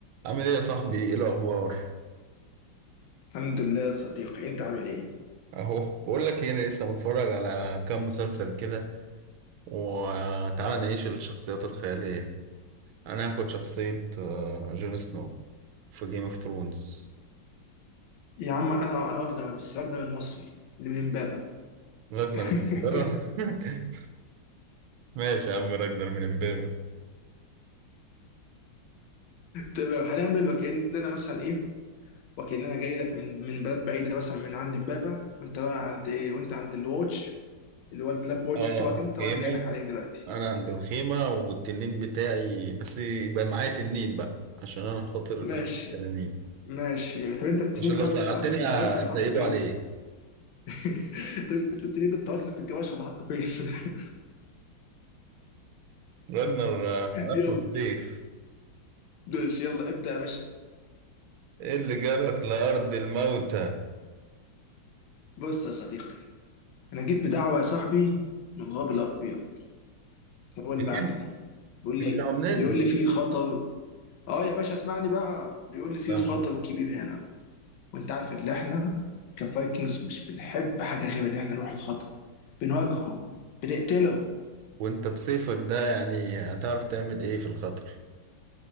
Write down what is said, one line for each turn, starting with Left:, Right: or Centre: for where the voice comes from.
Right: عامل ايه يا صاحبي ايه الاخبار
Left: الحمد لله يا صديقي انت عامل ايه
Right: اهو بقول لك ايه انا لسه متفرج على كام مسلسل كده وتعالى نعيش الشخصيات الخياليه انا هاخد شخصيه آه، جون سنو في جيم اوف ثرونز
Left: يا عم انا انا اجنبي بس اجنبي المصري اللي من امبابه
Right: راجنر
Left: <laughs>
Right: من امبابة <laughs> ماشي يا عم راجنر من امبابة
Left: تمام هنعمل وكاننا مثلا ايه وكاننا جاي لك من من بلد بعيده مثلا من عند امبابه وانت بقى عند ايه وانت عند الواتش اللي هو البلاك واتش
Right: اه
Left: بتوعك انت
Right: خيمه
Left: وانا جاي لك عليك دلوقتي
Right: انا عند الخيمه والتنين بتاعي بس يبقى معايا تنين بقى عشان انا خاطر
Left: ماشي
Right: بحب التنانين
Left: ماشي طب انت التنين
Right: عشان
Left: ده
Right: لو زعلتني
Left: طب انت تركنه في الجواش
Right: هسيبه
Left: ولا حاطه فين
Right: عليك
Left: <laughs> طب انت التنين ده تركنه في الجواش ولا حاطه فين <laughs>
Right: راجنر آه، اخو
Left: يلا
Right: السيف
Left: ماشي يلا ابدا يا باشا
Right: ايه اللي جابك لأرض الموتى؟
Left: بص يا صديقي انا جيت بدعوه يا صاحبي من الغاب الابيض هو اللي
Right: منين
Left: بعت لي بيقول
Right: جبتها
Left: لي
Right: منين
Left: بيقول لي في خطر اه يا باشا اسمعني بقى بيقول لي في
Right: طبعا
Left: خطر كبير هنا وانت عارف ان احنا كفايكنجز مش بنحب حاجه غير ان احنا نروح الخطر بنواجهه بنقتله
Right: وانت بسيفك ده يعني هتعرف تعمل ايه في الخطر؟